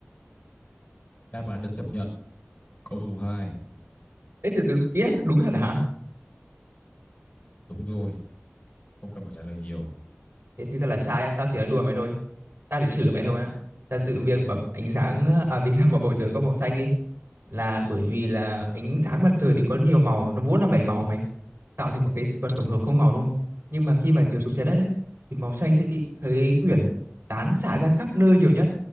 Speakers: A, on the left (about 40°); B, on the right (about 65°).
A: Đáp án được chấp nhận. Câu số hai
B: Ê từ từ, ý là đúng thật hả?
A: đúng rồi, không cần phải trả lời nhiều.
B: thế thực ra là sai á tao chỉ là đùa mày thôi tao chỉ thử mày thôi á thật sự việc mà ánh sáng à vì sao mà bầu trời có màu xanh ấy là bởi vì là ánh sáng mặt trời thì có nhiều màu nó vốn là bảy màu mày tạo thành một cái vật tổng hợp không màu đúng không nhưng mà khi mà chiếu xuống trái đất ấy thì màu xanh sẽ bị khấy quyển tán xạ ra khắp nơi nhiều nhất